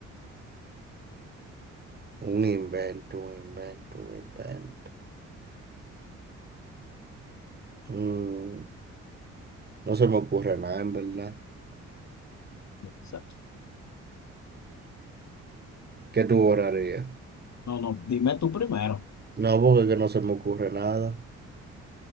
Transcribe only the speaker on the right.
Un invento, un invento, un invento. Mm, no se me ocurre nada, en verdad.
¿Qué tú borrarías?
No, porque que no se me ocurre nada.